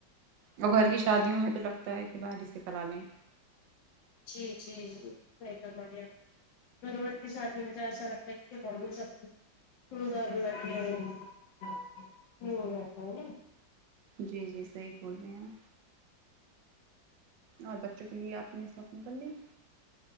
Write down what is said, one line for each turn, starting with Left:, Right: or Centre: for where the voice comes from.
Right: اور گھر کی شادیوں میں تو لگتا ہے کہ باہر ہی سے کرا لیں
Left: جی جی جی صحیح فرما ری ہے آپ گھر ورکی شادی مجھے ایسا لگتا ہے کہ <unintelligible> <unintelligible>
Right: جی جی صحیح بول رہی ہے آپ اور بچوں کے لیے آپ نے شوپنگ کرلی